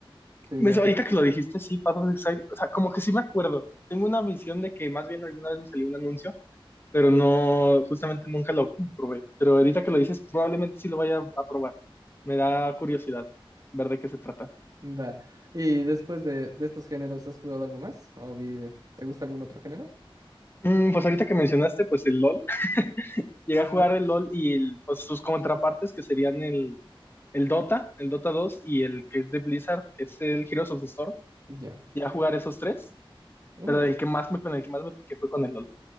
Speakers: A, on the right; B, on the left.
A: Sí,
B: Me-
A: así.
B: ahorita que lo dijiste, sí, Path of Exile, o sea, como que sí me acuerdo. Tengo una visión de que más bien alguna vez me salió un anuncio, pero no, justamente nunca lo comprobé. Pero ahorita que lo dices, probablemente sí lo vaya a probar. Me da curiosidad ver de qué se trata.
A: Va. Y después de, de estos géneros, ¿has jugado algo más? ¿O vi- te gusta algún otro género?
B: Mm, pues ahorita que mencionaste, pues el LOL. Llegué a
A: Sí.
B: jugar el LOL y el- pues sus contrapartes, que serían el, el Dota, el Dota dos y el que es de Blizzard, que es el Heroes of the Storm.
A: Ya.
B: Llegué a jugar esos tres,
A: Uh,
B: pero el que más me, con el que más me piqué fue con el LOL,